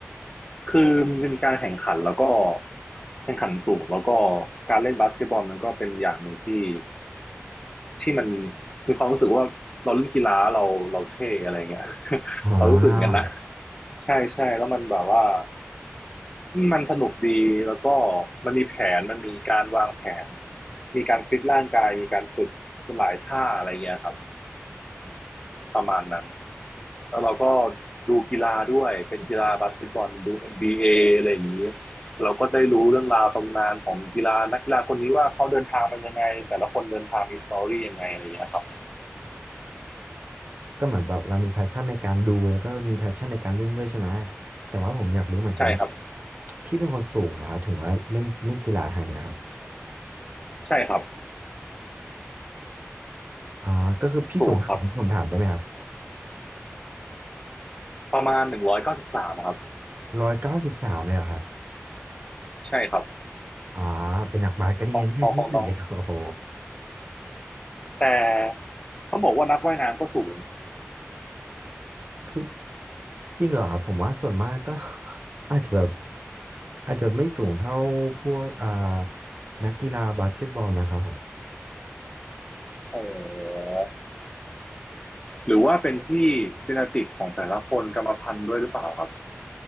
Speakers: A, on the left; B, on the right.
A: คือมันเป็นการแข่งขันแล้วก็แข่งขันสูงแล้วก็การเล่นบาสเกตบอลมันก็เป็นอย่างหนึ่งที่ที่มันมีความรู้สึกว่าเราเล่นกีฬาเราเราเท่อะไรเงี้ย <laughs>
B: อ่า
A: เรารู้สึกอย่างนันนะใช่ใช่แล้วมันแบบว่า มันสนุกดีแล้วก็มันมีแผนมันมีการวางแผนมีการฟิตร่างกายมีการฝึกหลายท่าอะไรเงี้ยครับประมาณนั้นแล้วเราก็ดูกีฬาด้วยเป็นกีฬาบาสเกตบอลดูเอ็นบีเออะไรอย่างนี้เราก็ได้รู้เรื่องราวตำนานของกีฬานักกีฬาคนนี้ว่าเขาเดินทางมันยังไงแต่ละคนเดินทางมีสตอรี่ยังไงอะไรเงี้ยครับ
B: ก็เหมือนแบบเรามีแพชชั่นในการดูแล้วก็มีแพชชั่นในการเล่นด้วยใช่ไหมแต่ว่าผมอยากรู้เหมือนกันว่า
A: ใช่ครับ
B: พี่เป็นคนสูงเหรอครับถึงว่าเล่นเล่นกีฬาทางเนี้ยครับ
A: ใช่ครับ
B: อ่าก็คือพี่สูงเท่าไหร่นผมถามได้ไหมครับ
A: สูงครับประมาณหนึ่งร้อยเก้าสิบสามครับ
B: ร้อยเก้าสิบสามเลยเหรอครับ
A: ใช่ครับ
B: อ๋อเป็นนักบาสก็ดีนะเนี่ยพี่
A: ขของของน้อง
B: <laughs> โอ้โห
A: แต่เขาบอกว่านักว่ายน้ำก็สูง
B: คือจริงเหรอครับผมว่าส่วนมากก็ <laughs> อาจจะแบบอาจจะไม่สูงเท่าพวกอ่านักกีฬาบาสเกตบอลนะครับผม
A: อ๋อหรือว่าเป็นที่ genetic ของแต่ละคนกรรมพันธุ์ด้วยหรือเปล่าครับ